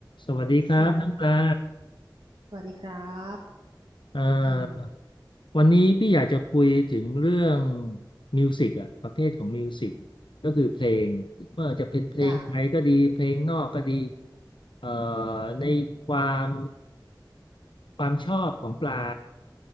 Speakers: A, on the left; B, on the right.
A: สวัสดีครับน้องปลา
B: สวัสดีค่ะสวัสดีครับ
A: เอ่อ
B: อืม
A: วันนี้พี่อยากจะคุยถึงเรื่องมิวสิกอะประเภทของมิวสิกก็คือเพลงไม่ว่าจะเป็นเพลงไทยก็ดีเพลงนอกก็ดี
B: จ้ะ
A: เอ่อในความความชอบของปลา